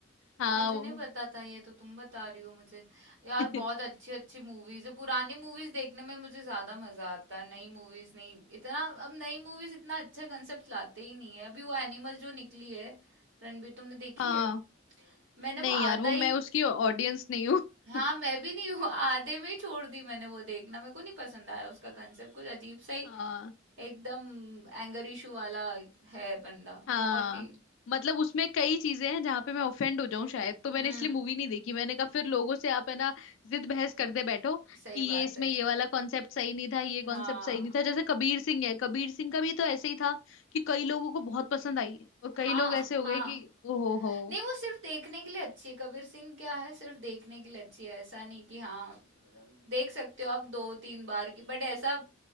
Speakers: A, on the left (about 75°); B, on the right (about 80°).
A: हाँ
B: मुझे
A: वो
B: नहीं पता था ये तो तुम बता रही हो मुझे यार
A: <laughs>
B: बहुत अच्छी अच्छी मूवीज है पुरानी मूवीज देखने में मुझे ज्यादा मजा आता है नई मूवीज नहीं इतना अब नई मूवीज इतना अच्छा कंसेप्ट लाते ही नहीं है अभी वो एनिमल जो निकली है रणबीर तुमने देखी
A: हाँ
B: है मैंने
A: नहीं
B: वो आधा
A: यार वो
B: ही
A: मैं उसकी ऑडियंस नहीं हूँ
B: हाँ
A: <laughs>
B: मैं भी नहीं हूँ आधे में ही छोड़ दी मैंने वो देखना मेरे को नहीं पसंद आया उसका कंसेप्ट कुछ अजीब सा ही
A: हाँ
B: एकदम एंगर इशू वाला है बंदा
A: हाँ
B: बहुत ही
A: मतलब उसमें कई चीजें हैं जहां पे मैं ऑफेंड हो जाऊं शायद तो मैंने
B: हम्म
A: इसलिए मूवी नहीं देखी मैंने कहा फिर लोगों से आप है ना जिद बहस करते बैठो
B: सही
A: कि ये
B: बात
A: इसमें
B: है
A: ये वाला कॉन्सेप्ट सही नहीं था ये
B: हाँ
A: कॉन्सेप्ट सही नहीं था जैसे कबीर सिंह है कबीर सिंह का भी तो ऐसे ही था कि कई लोगों को बहुत पसंद आई और कई
B: हाँ
A: लोग ऐसे हो
B: हाँ
A: गए कि ओ हो हो
B: नहीं वो सिर्फ देखने के लिए अच्छी है कबीर सिंह क्या है सिर्फ देखने के लिए अच्छी है ऐसा नहीं कि हाँ मतलब देख सकते हो आप दो तीन बार की बट ऐसा